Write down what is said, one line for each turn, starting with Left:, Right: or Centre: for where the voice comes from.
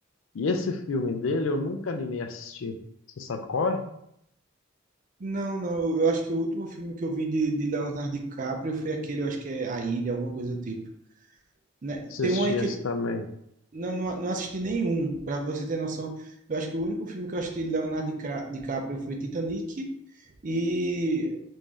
Left: E esse filme dele eu nunca animei a assistir. Você sabe qual é?
Right: Não, não, eu, eu acho que o último filme que eu vi de, de Leonardo DiCaprio foi aquele, eu acho que é A Ilha, alguma coisa do tipo. Né?
Left: Assisti
Right: Tem um aí que
Left: esse
Right: ele-
Left: também.
Right: não, não, não assisti nenhum, para você ter noção. Eu acho que o único filme que eu assisti de Leonardo Dicra- DiCaprio foi Titanic e